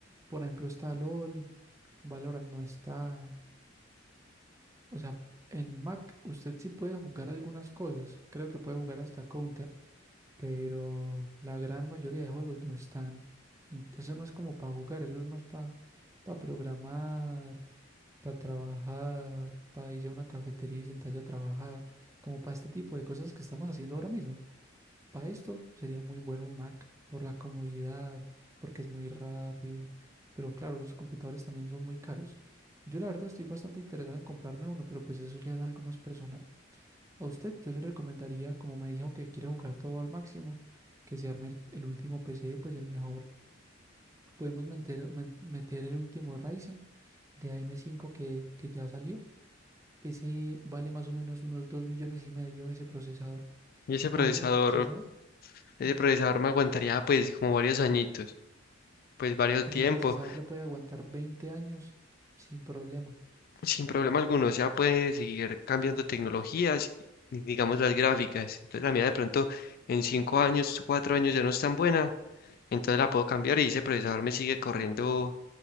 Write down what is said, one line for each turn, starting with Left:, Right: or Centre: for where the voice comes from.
Right: Por ejemplo, está LOL, Valorant no está, O sea, en Mac usted sí puede jugar algunas cosas, creo que puede jugar hasta Counter, pero la gran mayoría de juegos no están, en- eso no es como para jugar, eso es más para programar, para trabajar, para irse a una cafetería y sentarse a trabajar, como para este tipo de cosas que estamos haciendo ahora mismo. Para esto sería muy bueno un Mac por la comodidad, porque es muy rápido, pero claro, los computadores también son muy caros. Yo la verdad estoy bastante interesado en comprarme uno, pero pues eso ya es algo más personal. A usted yo le recomendaría, como me dijo que quiere jugar todo al máximo, que se arme el, el último PC, pues el mejor. Podemos meter, men- meter el último Ryzen de AM5 que, que ya salió. Ese vale más o menos unos 2 millones y medio ese procesador.
Left: Y ese procesador,
Right: A ese procesador.
Left: ese
Right: Ujú.
Left: procesador me aguantaría pues como varios añitos, pues varios
Right: Ese
Left: tiempos.
Right: procesador le puede aguantar 20 años sin problema.
Left: sin problema alguno, o sea, puede seguir cambiando tecnologías, y, digamos las gráficas. Entonces la mía de pronto en cinco años, cuatro años ya no es tan buena, entonces la puedo cambiar y ese procesador me sigue corriendo